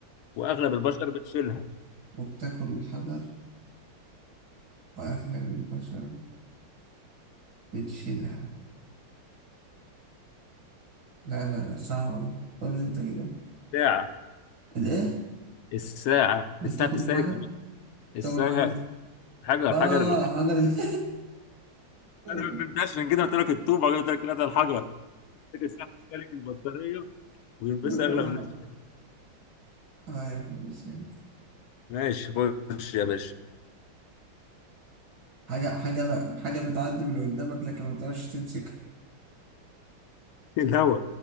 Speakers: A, on the left; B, on the right.
A: وأغلب البشر بتشيلها
B: وبتاكل الحجر وأغلب البشر بتشيلها لا لا لا صعبة دي قول لي أنت كده
A: ساعة
B: الإيه؟
A: الساعة
B: دي
A: الساعة
B: بتاكل
A: بتستهلك
B: الحجر؟
A: الب- الساعة
B: بتاكل حجر
A: حجر
B: آه
A: حجر الحجر.
B: حجر ال-
A: أنا ما
B: <laughs>
A: فهمتهاش عشان كده قلت لك الطوبة قلت لك لا ده الحجر لكن الساعة بتستهلك البطارية ويلبسها
B: بتاكل
A: أغلب
B: الحجر
A: الناس
B: أيوه مش هي.
A: ماشي خش يا باشا
B: حاجة حاجة لا حاجة بتعدي من قدامك لكن ما بتعرفش تمسكها
A: <laughs> الهوا